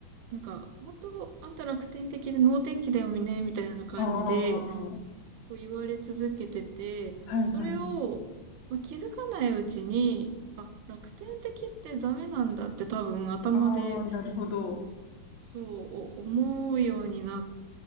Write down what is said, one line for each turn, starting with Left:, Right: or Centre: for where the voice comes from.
Right: なんか、本当、あんた楽天的で能天気だよね、みたいな感じで、
Left: ああ、
Right: こう言われ続けてて、
Left: はいはい。
Right: それをまあ気づかないうちに、あ、楽天的ってダメなんだって多分頭で
Left: ああ、なるほど。
Right: そうお思うようになっ